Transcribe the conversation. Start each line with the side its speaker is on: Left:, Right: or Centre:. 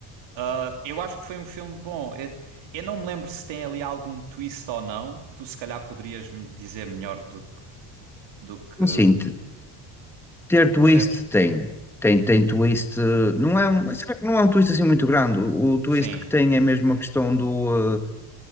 Right: Ah, eu acho que foi um filme bom. Eu, eu não me lembro se tem ali algum twist ou não. Tu se calhar poderias me dizer melhor do que. do que.
Centre: sim. Ter twist
Right: Percebes?
Centre: tem. Tem, tem twist. eh, Não é um, será que não é um twist assim muito grande. O, o twist
Right: Sim.
Centre: que tem é mesmo a questão do, eh,